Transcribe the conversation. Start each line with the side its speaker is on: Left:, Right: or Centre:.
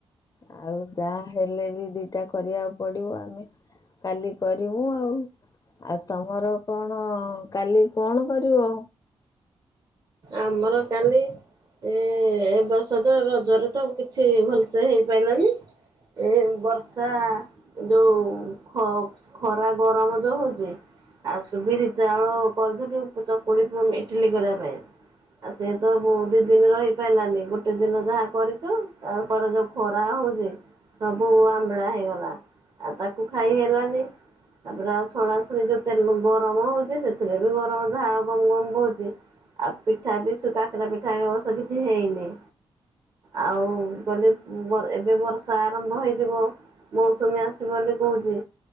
Left: ଆଉ ଯାହା ହେଲେ ବି ଦିଟା କରିବାକୁ ପଡିବ ଆମେ। କାଲି କରିବୁ ଆଉ। ଆଉ ତମର କଣ କାଲି କଣ କରିବ?
Right: ଆମର କାଲି। ଏ ଏ ବର୍ଷ ତ ରଜରେ ତ କିଛି ଭଲସେ ହେଇପାରିଲାନି। ଏ ବର୍ଷା। ଯୋଉ ଖ-ଖରା, ଗରମ ଯୋଉ ହଉଛି। ଆଉ ତୁ ବିରି, ଚାଉଳ କରିଦେଲୁ ଉ ଚକୁଳି <unintelligible> ଇଟିଲି କରିବା ପାଇଁ। ଆଉ ସିଏ ତ ବୋହୂ ଦି ଦିନ ରହିପାରିଲାନି ଗୋଟେ ଦିନ ଯାହା କରିଛୁ ତାପରେ ଯୋଉ ଖରା ହଉଛି। ସବୁ ଆମ୍ବିଳା ହେଇଗଲା ଆଉ ତାକୁ ଖାଇ ହେଲାନି। ତାପରେ ଆଉ ଛଣା ଛୁଣି ଯୋଉ ତେଲ ଗରମ ହଉଛି ସେଥିରେ ବି ଗରମ ଝାଳ ଗମ ଗମ ବୋହୁଛି। ଆଉ ପିଠା ବି ସେ କାକାରା ପିଠା ଏ ବର୍ଷ କିଛି ହେଇନି। ଆଉ <unintelligible> ଉଁ ବ ଏବେ ବର୍ଷା ଆରମ୍ଭ ହେଇଯିବ। ମୌସୁମୀ ଆସିବ ବୋଲି କହୁଛି।